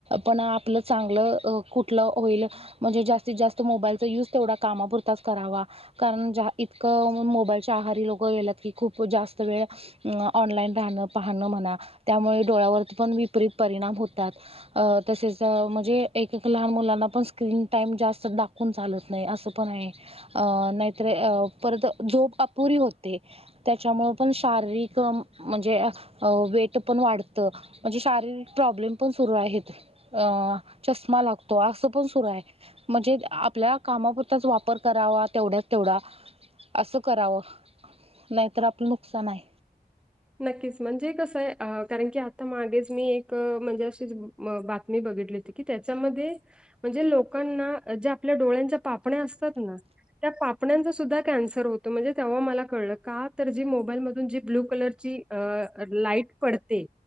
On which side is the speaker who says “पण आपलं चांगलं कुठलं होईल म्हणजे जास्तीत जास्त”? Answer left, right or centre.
Right